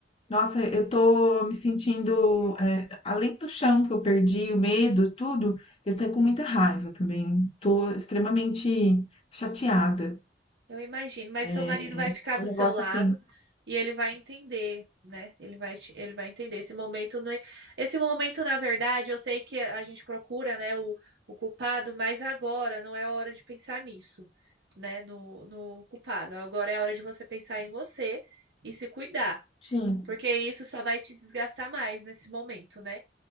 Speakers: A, on the left (about 35°); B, on the right (about 70°).
A: Nossa,
B: sim.
A: eu tô me sentindo, é, além do chão que eu perdi, o medo, tudo, eu tô com muita raiva também. Tô extremamente chateada.
B: Eu imagino, mas
A: É,
B: seu marido vai ficar
A: é
B: do
A: um negócio
B: seu lado
A: assim.
B: e ele vai entender, né? Ele vai, te- ele vai entender esse momento, né? Esse momento, na verdade, eu sei que a gente procura, né, o, o culpado, mas agora não é a hora de pensar nisso, né? No, no culpado. Agora é a hora de você pensar em você e se cuidar,
A: Sim,
B: porque isso só vai te desgastar mais nesse momento, né?